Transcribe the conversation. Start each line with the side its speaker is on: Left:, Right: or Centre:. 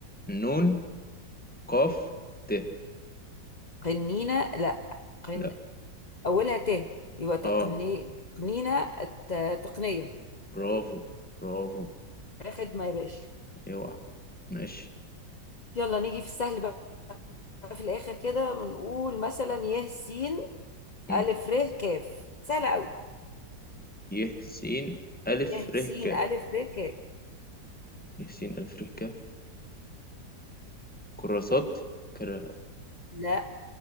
Centre: نون قاف ت
Left: قنينة لا قن
Centre: لا
Left: أولها ت يبقى تقني
Centre: اه
Left: تقنينة الت- تقنية
Centre: برافو برافو
Left: يا خدمة يا باشا
Centre: اوعى ماشي
Left: يلا نيجي في السهل بقى في الاخر كده بنقول مثلا يه سين
Centre: مم.
Left: الف ر كاف سهله قوي
Centre: ي س ألف
Left: يه سين
Centre: ر ك
Left: الف ر كاف
Centre: ي س ألف ر ك كراسات كرا
Left: لا